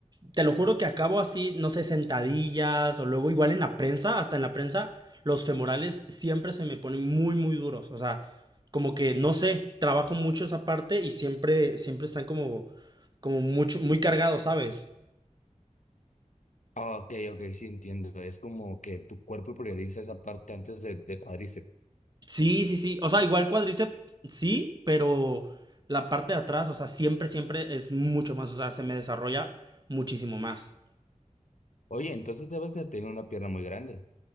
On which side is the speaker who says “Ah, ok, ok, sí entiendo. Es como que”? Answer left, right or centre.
Left